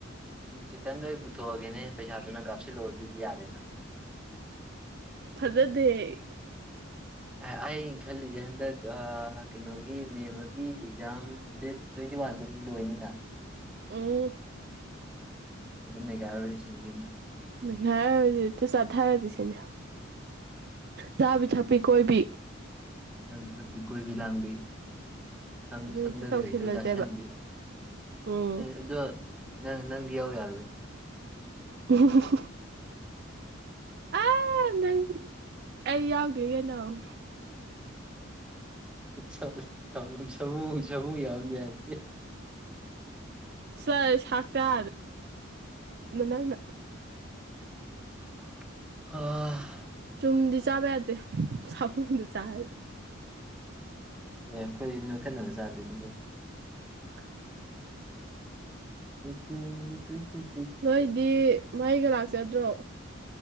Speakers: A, in the centre; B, on the right.
A: ꯎꯝ ꯆꯤꯛꯀꯟꯗꯣ ꯑꯩ ꯄꯨꯊꯣꯛꯑꯒꯦꯅꯦ ꯄꯩꯁꯥꯗꯨ ꯅꯪ ꯀꯥꯞꯁꯤꯜꯂꯛꯑꯣ ꯑꯗꯨꯗꯤ ꯌꯥꯔꯦꯅ
B: ꯖꯗꯦ
A: ꯑꯥ ꯑꯩꯟ ꯈꯜꯂꯤꯁꯦ ꯍꯟꯗꯛ ꯑ ꯀꯩꯅꯣꯒꯤ ꯃꯦꯃꯒꯤ ꯑꯦꯛꯖꯥꯝ ꯗꯦꯠ ꯇ꯭ꯋꯦꯟꯇꯤ ꯋꯥꯟꯗ ꯂꯣꯏꯅꯤꯅ
B: ꯎꯝ
A: ꯅꯩꯒꯥꯏꯔꯣꯏ ꯁꯤꯅꯤ ꯌꯨꯝꯗꯤ
B: ꯅꯩꯈꯥꯏꯔ ꯍꯧꯖꯤꯛ ꯍꯦꯛꯇ ꯆꯥꯊꯔꯁꯤ ꯏꯅꯤ ꯆꯥꯕꯤ ꯊꯛꯄꯤ ꯀꯣꯏꯕꯤ
A: ꯅꯥꯕꯤ ꯊꯛꯄꯤ ꯀꯣꯏꯕꯤ ꯂꯥꯡꯕꯤ ꯁꯪ
B: ꯑꯗꯨ
A: ꯁꯪꯗꯒ
B: ꯇꯧꯁꯤꯜꯂꯁꯦꯕ
A: ꯍꯦꯛꯇ ꯆꯥꯁꯟꯕꯤ
B: ꯎꯝ
A: ꯑꯗꯣ ꯅꯪ ꯅꯪ ꯌꯥꯎ ꯌꯥꯔꯣꯏ
B: <unintelligible> ꯎꯝ <unintelligible> ꯑ ꯅꯪ ꯑꯩ ꯌꯥꯎꯗꯣꯏ ꯀꯩꯅꯪ
A: ꯁꯧ ꯁꯧ <unintelligible> ꯆꯃꯨ ꯆꯃꯨ ꯌꯥꯎꯍꯟꯕ ꯌꯥꯗꯦ
B: ꯆꯥꯏ ꯁꯥꯛꯇꯥꯗ ꯅꯪꯅ
A: ꯍꯥ
B: ꯆꯨꯝꯗꯤ ꯆꯥꯕ ꯌꯥꯗꯦ ꯁꯥꯃꯨꯅ ꯆꯥꯏ
A: ꯌꯥ ꯑꯣꯈꯣꯏꯅ ꯈꯟꯅꯕ ꯆꯥꯗꯣꯏ ꯀꯩꯅꯣ
B: <inaudible>
A: ꯇꯨ ꯇꯨ ꯇꯨꯇꯨ
B: ꯅꯣꯏꯗꯤ ꯃꯩꯒ ꯂꯥꯛ ꯆꯗ꯭ꯔꯣ